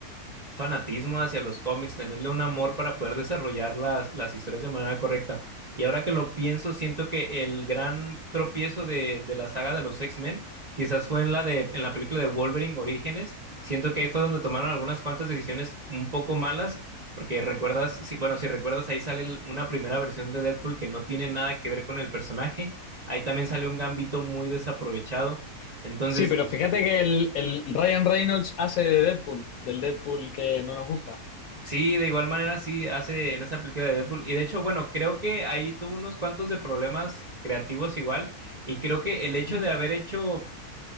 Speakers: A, on the right (about 40°); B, on the left (about 70°).
A: fanatismo hacia los cómics, tenerle un amor para poder desarrollar las, las historias de manera correcta. Y ahora que lo pienso, siento que el gran tropiezo de, de la saga de los X-Men quizás fue en la, de, en la película de Wolverine Orígenes. Siento que ahí fue donde tomaron algunas cuantas decisiones un poco malas, porque recuerdas, si, bueno, si recuerdas, ahí sale el- una primera versión de Deadpool que no tiene nada que ver con el personaje. Ahí también sale un gambito muy desaprovechado. Entonces,
B: Sí, pero fíjate que el, el Ryan Reynolds hace de Deadpool, del Deadpool que no nos gusta.
A: Sí, de igual manera sí hace en esa película de Deadpool. Y de hecho, bueno, creo que ahí tuvo unos cuantos de problemas creativos igual. Y creo que el hecho
B: Ujú.
A: de haber hecho